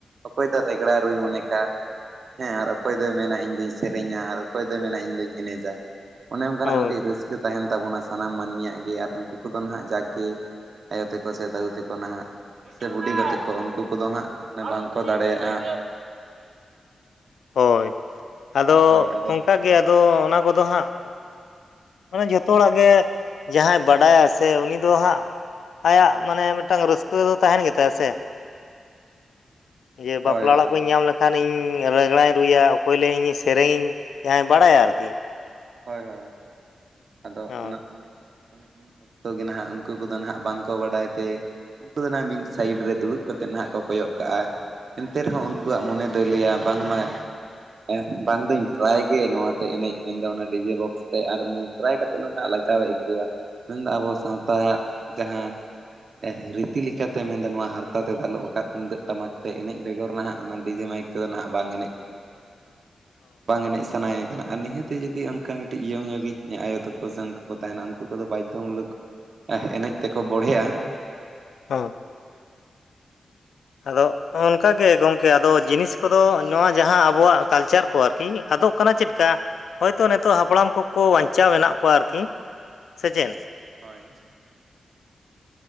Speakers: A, on the right; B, on the left.
A: ᱚᱠᱚᱭ ᱫᱚ ᱨᱮᱜᱽᱲᱟ ᱨᱩᱭ ᱢᱚᱱᱮ ᱠᱟᱜ, ᱦᱮᱸ ᱟᱨ ᱚᱠᱚᱭ ᱫᱚᱭ ᱢᱮᱱᱟ ᱤᱧ ᱫᱚᱧ ᱥᱮᱨᱮᱧᱟ ᱟᱨ ᱚᱠᱚᱭ ᱫᱚᱭ ᱢᱮᱱᱟ ᱤᱧ ᱫᱚᱧ ᱮᱱᱮᱡᱟ ᱾ ᱚᱱᱮ ᱚᱱᱠᱟᱱᱟᱜ
B: ᱦᱳᱭ
A: ᱢᱤᱫᱴᱤᱡ ᱨᱟᱹᱥᱠᱟᱹ ᱛᱟᱦᱮᱱ ᱛᱟᱵᱚᱱᱟ ᱥᱮ ᱾ ᱥᱟᱱᱟᱢ ᱢᱟᱹᱱᱢᱤᱭᱟᱜ ᱜᱮ ᱟᱨ ᱩᱱᱠᱩ ᱠᱚᱫᱚ ᱱᱟᱦᱟᱜ ᱡᱟᱸᱠᱜᱮ ᱟᱭᱳ ᱛᱟᱠᱚ ᱥᱮ ᱫᱟᱹᱫᱩ ᱛᱮᱠᱚ ᱱᱟᱦᱟᱜ, ᱥᱮ ᱵᱩᱰᱤᱷᱤ ᱜᱚ ᱛᱮᱠᱚ ᱩᱱᱠᱩ ᱠᱚᱫᱚ ᱦᱟᱸᱜ ᱢᱟᱱᱮ ᱵᱟᱝᱠᱚ ᱫᱟᱲᱮᱭᱟᱜᱼᱟ
B: ᱦᱳᱭ ᱟᱫᱚ
A: ᱦᱳᱭ ᱟᱫᱚ
B: ᱚᱱᱠᱟᱜᱮ ᱟᱫᱚ ᱚᱱᱟ ᱠᱚᱫᱚ ᱦᱟᱸᱜ ᱢᱟᱱᱮ ᱡᱷᱚᱛᱚ ᱦᱚᱲᱟᱜ ᱜᱮ ᱡᱟᱦᱟᱸᱭ ᱵᱟᱰᱟᱭᱟ ᱥᱮ ᱩᱱᱤ ᱫᱚ ᱦᱟᱸᱜ ᱟᱭᱟᱜ ᱢᱟᱱᱮ ᱢᱤᱫᱴᱟᱝ ᱨᱟᱹᱥᱠᱟᱹ ᱫᱚ ᱛᱟᱦᱮᱱ ᱜᱮᱛᱟᱭᱟ ᱥᱮ ᱡᱮ ᱵᱟᱯᱞᱟ
A: ᱦᱳᱭ ᱦᱳᱭ
B: ᱚᱲᱟᱜ ᱠᱩᱧ ᱧᱟᱢ ᱞᱮᱠᱷᱟᱱ ᱤᱧ ᱨᱮᱜᱽᱲᱟᱧ ᱨᱩᱭᱟ ᱚᱠᱚᱭ ᱞᱮᱭᱟ ᱤᱧᱤᱧ ᱥᱮᱨᱮᱧ ᱤᱧ ᱡᱟᱦᱟᱸᱭ ᱵᱟᱲᱟᱭᱟ ᱟᱨᱠᱤ
A: ᱦᱳᱭ ᱦᱳᱭ ᱟᱫᱚ
B: ᱦᱳᱭ
A: ᱚᱱᱟ ᱚᱱᱮ ᱚᱱᱮ ᱩᱱ ᱚᱠᱛᱚ ᱜᱮ ᱱᱟᱦᱟᱜ ᱩᱱᱠᱩ ᱠᱚᱫᱚ ᱱᱟᱦᱟᱜ ᱵᱟᱝᱠᱚ ᱵᱟᱰᱟᱭ ᱛᱮ ᱩᱱᱠᱩ ᱫᱚ ᱦᱟᱸᱜ ᱢᱤᱫ ᱥᱟᱭᱤᱰ ᱨᱮ ᱫᱩᱲᱩᱵ ᱠᱟᱛᱮᱫ ᱱᱟᱦᱟᱜ ᱠᱚ ᱠᱚᱭᱚᱜ ᱠᱟᱜᱼᱟ ᱮᱱᱛᱮ ᱨᱮᱦᱚᱸ ᱩᱱᱠᱩᱣᱟᱜ ᱢᱚᱱᱮ ᱫᱚᱭ ᱞᱟᱹᱭᱟ ᱵᱟᱝᱢᱟ ᱮᱸᱷ ᱵᱟᱝ ᱫᱩᱧ ᱴᱨᱟᱭ ᱜᱮ ᱱᱚᱣᱟᱛᱮ ᱮᱱᱮᱡ ᱢᱮᱱᱫᱚ ᱚᱱᱟ ᱰᱤᱡᱮ ᱵᱚᱠᱥ ᱛᱮ ᱟᱨ ᱢᱚ ᱴᱨᱟᱭ ᱠᱟᱛᱮᱜ ᱱᱚᱱᱷᱟᱜ ᱞᱟᱡᱟᱣ ᱮ ᱟᱹᱭᱠᱟᱹᱣᱟ ᱢᱮᱱᱫᱟ ᱟᱵᱚ ᱥᱟᱶᱛᱟᱜ ᱡᱟᱦᱟᱸ ᱮᱷ ᱨᱤᱛᱤ ᱞᱮᱠᱟᱛᱮ ᱢᱮᱱᱫᱚ ᱱᱚᱣᱟ ᱦᱟᱨᱛᱟ ᱛᱮ ᱫᱟᱞᱚᱵ ᱟᱠᱟᱫ ᱛᱩᱢᱫᱟᱹᱜ ᱴᱟᱢᱟᱠ ᱛᱮ ᱮᱱᱮᱡ ᱵᱮᱜᱚᱨ ᱱᱟᱦᱟᱜ ᱚᱱᱟ ᱰᱤᱡᱮ ᱢᱟᱭᱤᱠ ᱛᱚ ᱫᱚ ᱱᱟᱜ ᱵᱟᱝ ᱮᱱᱮᱡ
B: <inaudible>
A: ᱵᱟᱝ ᱮᱱᱮᱡ ᱥᱟᱱᱟᱭᱮ ᱠᱟᱱᱟ ᱟᱨ ᱱᱤᱡᱮᱛᱮ ᱡᱩᱫᱤ ᱟᱢ ᱚᱝᱠᱟ ᱢᱮᱴᱤᱡ ᱤᱭᱚᱝ ᱧᱚ ᱜᱤᱡ ᱟᱭᱳᱚ ᱛᱚᱠᱚ ᱥᱮ ᱚᱝᱠᱟ ᱠᱚ ᱛᱟᱦᱮᱱᱟ ᱩᱱᱠᱩ ᱠᱚᱫᱚ ᱵᱟᱭᱫᱷᱚ ᱢᱩᱞᱩᱠ ᱟᱷ ᱮᱱᱮᱡ ᱛᱮᱠᱚ ᱵᱚᱲᱦᱮ ᱭᱟ ᱟ
B: ᱦᱚᱸ ᱟᱫᱚᱜ ᱚᱱᱠᱟ ᱜᱮ ᱜᱚᱝᱠᱮ ᱟᱫᱚ ᱡᱤᱱᱤᱥ ᱠᱚᱫᱚ ᱱᱚᱣᱟ ᱡᱟᱦᱟᱸ ᱟᱵᱚᱣᱟᱜ ᱠᱟᱞᱪᱟᱨ ᱠᱚ ᱟᱨᱠ ᱠᱤ ᱟᱫᱚᱜ ᱠᱟᱱᱟ ᱪᱮᱫᱠᱟ ᱦᱳᱭᱛᱳ ᱱᱮᱛᱚᱜ ᱦᱟᱯᱲᱟᱢ ᱠᱚᱠᱚ ᱵᱟᱧᱪᱟᱣ ᱢᱮᱱᱟᱜ ᱠᱚᱣᱟ ᱟᱨᱠᱤ ᱥᱮ ᱪᱮᱫ
A: ᱦᱳᱭ